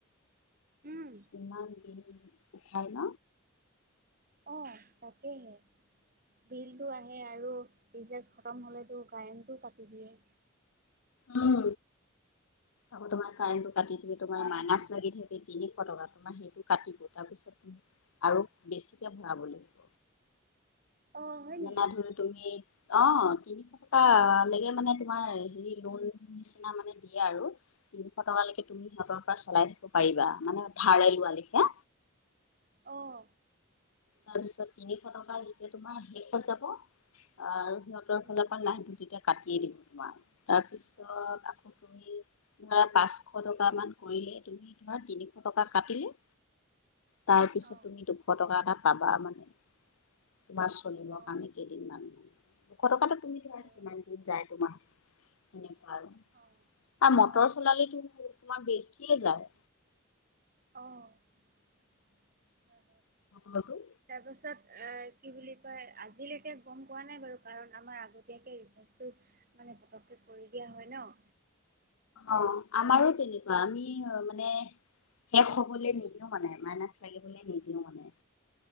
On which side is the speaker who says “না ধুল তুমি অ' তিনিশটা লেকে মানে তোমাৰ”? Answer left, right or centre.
Left